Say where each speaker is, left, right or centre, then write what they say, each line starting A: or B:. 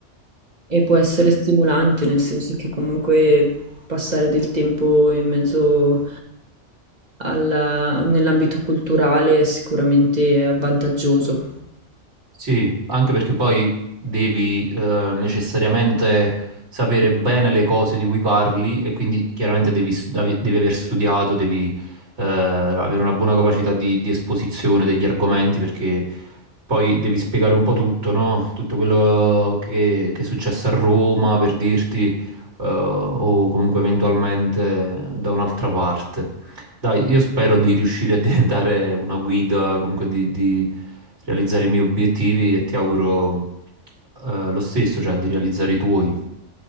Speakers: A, on the right; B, on the right.
A: e può essere stimolante, nel senso che comunque passare del tempo in mezzo alla- nell'ambito culturale è sicuramente vantaggioso.
B: Sì, anche perché poi devi eh, necessariamente sapere bene le cose di cui parli e quindi chiaramente devi, stu- davi- devi aver studiato, devi eh, avere una buona capacità di, di esposizione degli argomenti perché poi devi spiegare un po' tutto, no? Tutto quello che, che è successo a Roma per dirti eh, o comunque eventualmente da un'altra parte. Dai, io spero di riuscire a diventare una guida, comunque di, di realizzare i miei obiettivi e ti auguro eh, lo stesso, cioè di realizzare i tuoi.